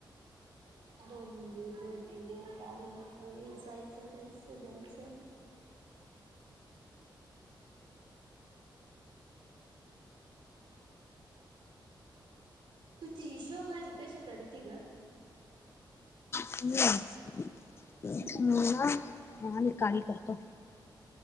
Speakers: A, on the right; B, on the left.
A: दोन दिव दोन तीन दिवस चालू नकाल जायचं जायचं जायचं तुची शिवभाजी कशी कर र तघ
B: हम्
A: हम्म
B: म ना ह निकाली करतो